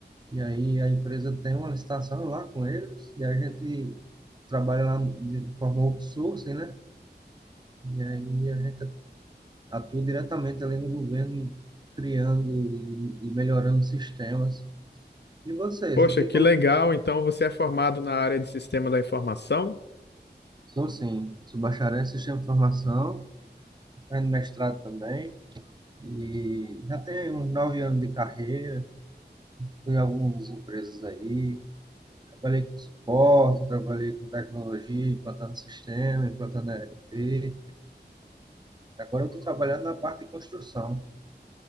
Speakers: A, on the right; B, on the left.
A: E aí a empresa tem uma licitação lá com eles e a gente trabalha lá de forma outsourcing, né? E aí a gente atua diretamente ali no governo, criando e, e melhorando sistemas. E você,
B: Poxa,
A: você tinha
B: que legal! Então você é formado na área de sistema da informação?
A: Sou sim, sou bacharel em sistema de informação, tô fazendo mestrado também, e já tenho uns nove anos de carreira, fui em algumas empresas aí, trabalhei com suporte, trabalhei com tecnologia, implantando sistema, implantando ERP, agora eu estou trabalhando na parte de construção.